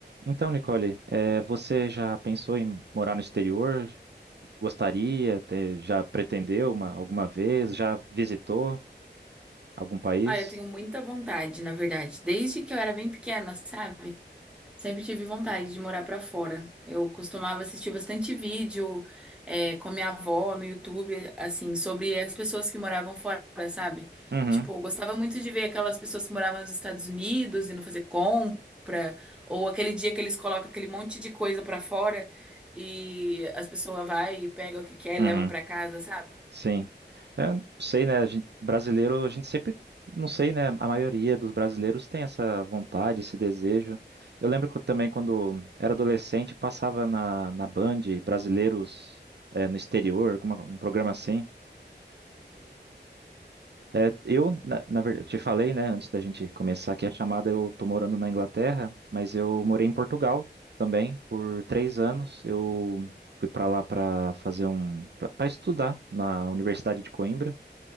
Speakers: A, on the right; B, in the centre.
A: Então, Nicole, eh, você já pensou em morar no exterior? Gostaria? Te- já pretendeu uma, alguma vez? Já visitou algum país?
B: Ah, eu tenho muita vontade, na verdade. Desde que eu era bem pequena, sabe? Sempre tive vontade de morar pra fora. Eu costumava assistir bastante vídeo, é, com a minha avó no YouTube, assim, sobre as pessoas que moravam fora, sabe?
A: Uhum,
B: Tipo, eu gostava muito de ver aquelas pessoas que moravam nos Estados Unidos e não fazer compra, ou aquele dia que eles colocam aquele monte de coisa pra fora e as pessoas vai e pega o que quer
A: uhum,
B: e leva pra casa, sabe?
A: sim. É, não sei, né? A gente- brasileiro, a gente sempre, não sei, né? A maioria dos brasileiros tem essa vontade, esse desejo. Eu lembro que eu também, quando era adolescente, passava na, na Band brasileiros eh, no exterior, alguma, um programa assim. É, eu, na, na verdade, eu te falei, né, antes da gente começar aqui a chamada, eu tô morando na Inglaterra, mas eu morei em Portugal também por três anos. Eu fui para lá para fazer um, para estudar na Universidade de Coimbra.